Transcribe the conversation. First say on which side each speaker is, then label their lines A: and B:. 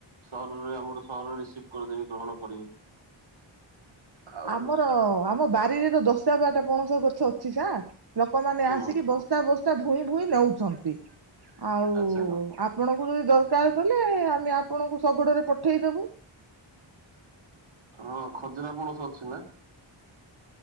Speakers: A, on the right (about 75°); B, on the right (about 50°).
A: ସହରରେ ଆମର ସହରରେ ରିସିଭ କରିଦେବି ଗ୍ରହଣ କରିବି। ଆଉ
B: ଆମର ଆମ ବାରିରେ ତ ଦଶ ଟା ବାରଟା ପଣସ ଗଛ ଅଛି ସାର୍। ଲୋକମାନେ
A: ହୁଁ
B: ଆସିକି ବସ୍ତା ବସ୍ତା ଭୁଇଁ ଭୁଇଁ ନଉଛନ୍ତି ଆଉ
A: ଆଚ୍ଛା
B: ଆପଣ। କୁ ଯଦି ଦରକାର କହିଲେ ଆମେ ଆପଣଙ୍କୁ ଶଗଡରେ ପଠେଇଦେବୁ।
A: ହଁ। ଖଜୁରା ପଣସ ଅଛି ନା?